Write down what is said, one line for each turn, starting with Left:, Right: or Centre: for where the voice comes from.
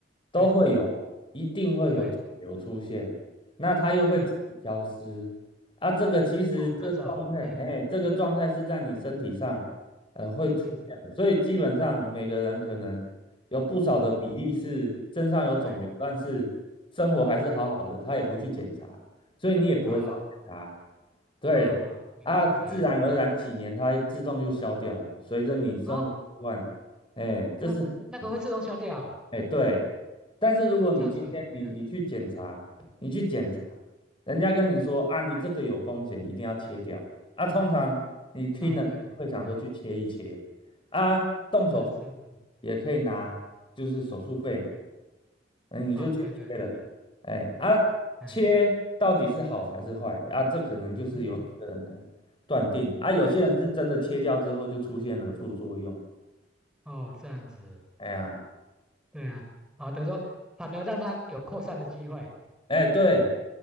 Left: 都会有，
Centre: 嗯，
Left: 一定会有肿瘤出现，
Centre: 对
Left: 那它又会自己消失啊。
Centre: 对，
Left: 这个其实这个状态，
Centre: 哦，这样子哦，嗯
Left: 哎，这个状态是在你身体上呃会出现的，
Centre: 嗯嗯嗯。
Left: 所以基本上每个人可能有不少的比例是身上有肿瘤，
Centre: 对哎，
Left: 但是生活还是好好的，他也不去检查。所以你也不会发现它。
Centre: 啊
Left: 对啊，
Centre: 啊，明明白，
Left: 自然而然几年它自动就消掉了随着你生活习惯，
Centre: 嗯，哦，
Left: 哎，这是很
Centre: 啊，那个会自动消掉哦
Left: 哎对。但是如果你今天你你去检查，
Centre: 这样子哦嗯
Left: 你去检查，
Centre: 嗯
Left: 人家跟你说啊，你这个有风险，一定要切掉啊。通常你听了你就会想说去切一切啊，
Centre: 啊，对对，嗯，
Left: 动手术
Centre: 是是是，
Left: 也可以拿，就是手术费嘛。嗯，你就去切了，
Centre: 哦，对对对对，
Left: 哎啊，
Centre: 哎，
Left: 切到底是好还是坏啊？这可能就是由个人来
Centre: 嗯嗯
Left: 断定啊。有些人是真的切掉之后就出现了副作用，
Centre: 啊，哦，这样子，
Left: 哎呀，
Centre: 对啊，啊，等于说反而让它有扩散的机会，
Left: 哎对，